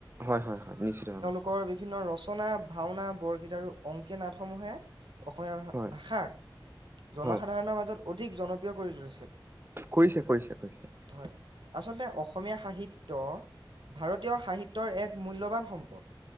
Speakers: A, on the right; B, on the right.
A: হয় হয় হয়' নিশ্চিতভাৱে।
B: লোকৰ বিভিন্ন ৰচনা, ভাওনা, বৰগীত আৰু অংকীয়া নাটসমূহে- অসমীয়া
A: হয়
B: ভাষাক জনসাধাৰণৰ
A: হয়
B: মাজত অধিক জনপ্ৰিয় কৰি তুলিছিল।
A: কৰিছে কৰিছে কৰিছে।
B: হয়, আচলতে অসমীয়া সাহিত্য ভাৰতীয় সাহিত্যৰ এক মূল্যবান সম্পদ।